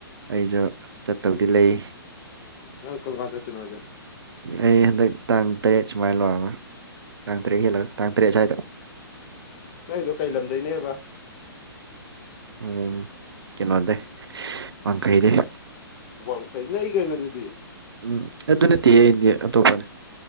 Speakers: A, on the right; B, on the left.
A: ꯑꯩꯁꯨ ꯆꯠꯇꯧꯗꯤ ꯂꯩ
B: ꯅꯪ ꯀꯔꯝ ꯀꯟ ꯆꯠꯇꯨꯅꯣ ꯍꯥꯏꯁꯦ
A: ꯑꯩ ꯍꯟꯗꯛ ꯇꯥꯡ ꯇꯔꯦꯠ ꯁꯨꯃꯥꯏꯅ ꯂꯣꯏꯔꯒ ꯇꯥꯡ ꯇꯔꯦꯠ ꯍꯦꯜꯂꯒ ꯇꯥꯡ ꯇꯔꯦꯠ ꯁ꯭ꯋꯥꯏꯗ
B: ꯅꯪꯗꯣ ꯀꯩ ꯂꯝꯗꯩꯩꯅꯦꯕ
A: ꯎꯝ ꯀꯩꯅꯣꯗꯩꯩ ꯋꯥꯡꯈꯩꯗꯤ
B: ꯋꯥꯡꯈꯩ ꯅꯪꯛ ꯏ ꯀꯩꯅꯣꯗꯨꯗꯤ
A: ꯎꯝ ꯑꯗꯨ ꯅꯠꯇꯍꯦ ꯑꯩꯗꯤ ꯑꯇꯣꯞꯄꯅꯦ